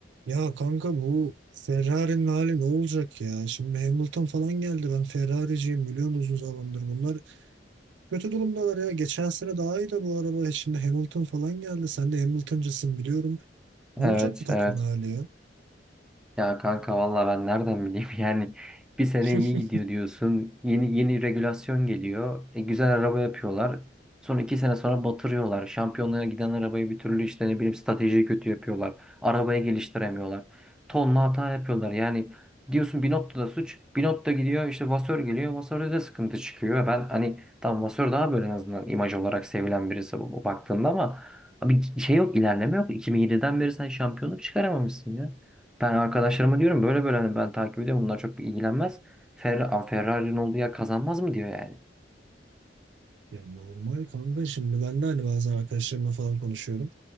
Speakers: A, on the right; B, in the centre.
A: Ya kanka bu Ferrari'nin hali ne olacak ya? Şimdi Hamilton falan geldi. Ben Ferrari'ciyim biliyorsun uzun zamandır. Bunlar kötü durumdalar ya. Geçen sene daha iyi de bu araba. Şimdi Hamilton falan geldi. Sen de Hamilton'cısın biliyorum.
B: Evet,
A: Ne olacak bu takımın
B: evet.
A: hali ya?
B: Ya kanka valla ben nereden bileyim <laughs> yani bir sene
A: <laughs>
B: iyi gidiyor diyorsun yeni yeni regülasyon geliyor e, güzel araba yapıyorlar sonra iki sene sonra batırıyorlar şampiyonluğa giden arabayı bir türlü işte ne bileyim stratejiyi kötü yapıyorlar arabayı geliştiremiyorlar tonla hata yapıyorlar yani diyorsun Binotto da suç Binotto da gidiyor işte Vasör geliyor Vasör'de de sıkıntı çıkıyor ben hani tam Vasör daha böyle en azından imaj olarak sevilen birisi bu, bu baktığında ama abi şey yok ilerleme yok 2007'den beri sen şampiyonluk çıkaramamışsın ya. Ben arkadaşlarıma diyorum böyle böyle hani ben takip ediyorum bunlar çok ilgilenmez. Ferrari, Ferrari'nin olduğu yer kazanmaz mı diyor yani.
A: Ya normal kanka şimdi ben de hani bazen arkadaşlarımla falan konuşuyorum.